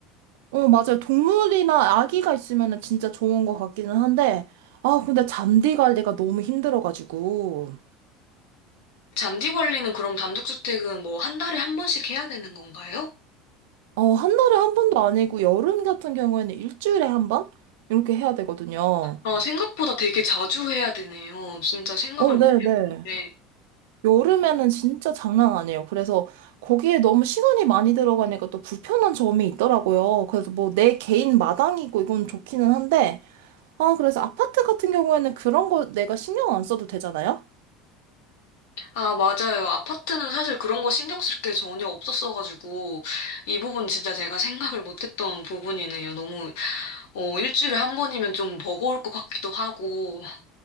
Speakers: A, on the right (about 80°); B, on the left (about 80°).
A: 어, 맞아요. 동물이나 아기가 있으면 은 진짜 좋은 것 같기는 한데, 아, 근데 잔디 관리가 너무 힘들어가지고.
B: 잔디 관리는 그럼 단독주택은 뭐 한 달에 한 번씩 해야 되는 건가요?
A: 어, 한 달에 한 번도 아니고 여름 같은 경우에는 일주일에 한 번? 이렇게 해야 되거든요.
B: 아, 생각보다 되게 자주 해야 되네요. 진짜 생각을
A: 어, 네네.
B: 못 해봤는데.
A: 여름에는 진짜 장난 아니에요. 그래서 거기에 너무 시간이 많이 들어가니까 또 불편한 점이 있더라고요. 그래서 뭐 내 개인 마당이고 이건 좋기는 한데, 아, 그래서 아파트 같은 경우에는 그런 거 내가 신경 안 써도 되잖아요?
B: 아, 맞아요. 아파트는 사실 그런 거 신경 쓸 게 전혀 없었어가지고, 이 부분 진짜 제가 생각을 못 했던 부분이네요. 너무, 어, 일주일에 한 번이면 좀 버거울 것 같기도 하고.